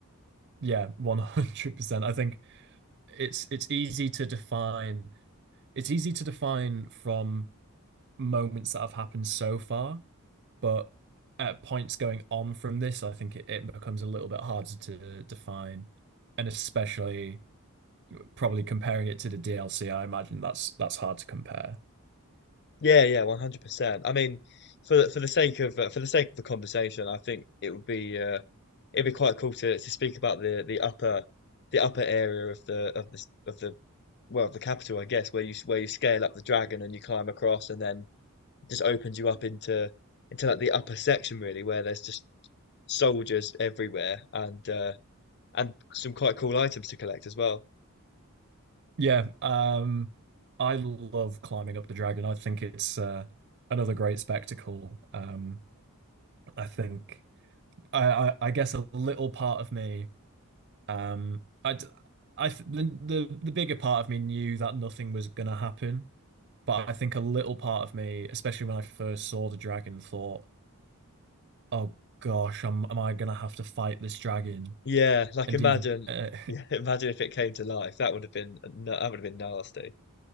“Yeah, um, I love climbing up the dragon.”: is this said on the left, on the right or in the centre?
Right